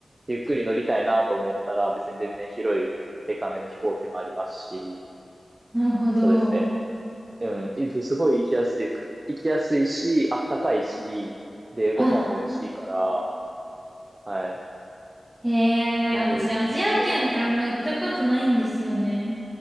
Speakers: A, on the right (about 30°); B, on the right (about 15°).
A: ゆっくり乗りたいなと思ったら、別に全然広い、デカめの飛行機もありますし、
B: なるほど。
A: そうですね。うん、いすごい行きやすい、行きやすいし、あったかいし、で、ご飯も美味しいから、
B: あ、
A: はい、
B: へ
A: すごい好きですよね。
B: え、私、アジア圏ってあんま行ったことないんですよね。